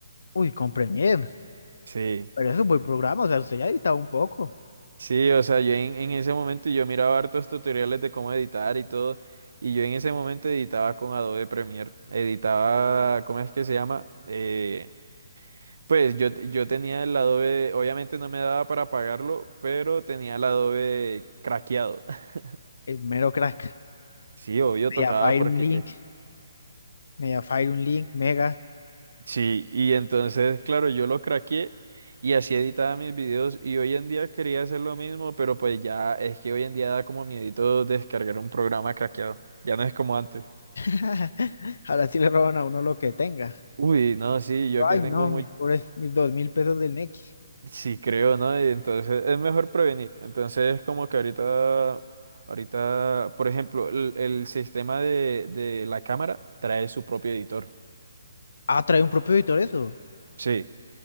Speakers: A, on the left; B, on the right.
A: Uy, con Premiere.
B: Sí,
A: Pero es un buen programa, o sea, usted ya ha editado un poco.
B: sí, o sea, yo en, en ese momento yo miraba hartos tutoriales de cómo editar y todo, y yo en ese momento editaba con Adobe Premiere, editaba, ¿cómo es que se llama? Eh, Pues yo, yo tenía el Adobe, obviamente no me daba para pagarlo, pero tenía el Adobe craqueado. <laughs>
A: Es mero crack.
B: Sí, obvio, tocaba
A: Mediafire
B: porque
A: un link,
B: qué.
A: Mediafire un link, Mega.
B: Sí, y entonces, claro, yo lo craqueé y así editaba mis videos y hoy en día quería hacer lo mismo, pero pues ya es que hoy en día da como miedito descargar un programa craqueado. Ya no es como antes.
A: <laughs> Ahora sí le roban a uno lo que tenga.
B: Uy, no, sí, yo que
A: Ay,
B: tengo
A: no, Exacto.
B: muy
A: mis pobres, mis dos mil pesos del Nequi.
B: Sí, creo, ¿no? Y entonces es mejor prevenir. Entonces, como que ahorita, ahorita, por ejemplo, el, el sistema de, de la cámara trae su propio editor.
A: Ah, trae un propio editor eso.
B: Sí.